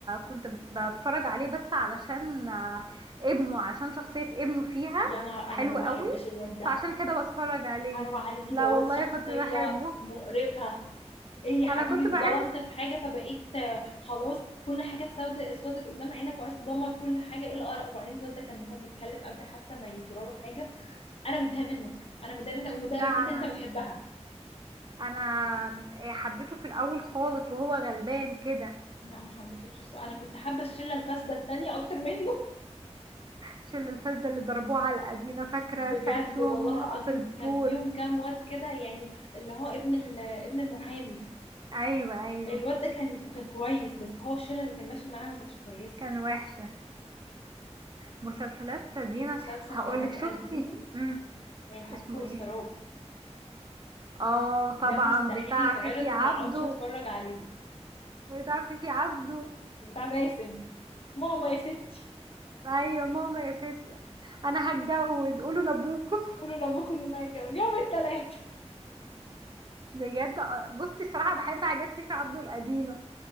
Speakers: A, on the right (about 40°); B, on the left (about 60°).
A: كنت بتفرج عليه بس علشان آه، ابنه عشان شخصية ابنه فيها
B: يا نهار انا
A: حلوة
B: ما بحبش
A: قوي
B: الواد ده
A: فعشان كده بتفرج عليه
B: حرام عليكي
A: لا
B: دوت
A: والله
B: شخصية
A: كنت بحبه
B: مقرفة ايه يا حبيبي
A: انا كنت بحب
B: اتظلمت في حاجة فبقيت آه، خلاص كل حاجة سودة اسودت قدام عينك وعايز تدمر كل حاجة ايه القرف وبعدين الواد ده كان هو بيتكلم قبل حتى ما يجرى له حاجة انا متضايقة منك انا متضايقة منك ومتضايقة
A: لا
B: من البنت
A: انا
B: اللي انت بتحبها
A: انا إيه، حبيته في الاول خالص وهو غلبان كده
B: لا ما حبيتهوش الصراحة. انا كنت حابه الشله الفاسده التانية اكتر منه
A: شل الفزة اللي ضربوه على الأدينا فاكرة
B: بجد
A: ساعتهم
B: والله العظيم
A: في البول
B: كان فيهم كام واد كده يعني اللي هو ابن ال- ابن المحامي
A: ايوه ايوه
B: الواد ده كان كان كويس بس هو الشله اللي كان ماشي معاها ما كانتش كويسه
A: كان وحشة مسلسلات دينا
B: في مسلسل
A: هقولك
B: كمان
A: شفتي
B: قديم
A: امم
B: الحقبة
A: اسمه
B: والسراب
A: ايه اه طبعا
B: ده مستحيل
A: بتاع
B: يتعرض
A: فيفي
B: وما
A: عبده
B: اقعدش اتفرج عليه
A: بتاع فيفي عبده
B: بتاع باسم ماما يا ستي
A: ايوه ماما يا ستي انا هتجوز قولوا لابوكم
B: قولوا لابوكم ان ما يتجوز يوم التلات
A: بجد آه، بصي صراحة بحب حاجات فيفي عبده القديمة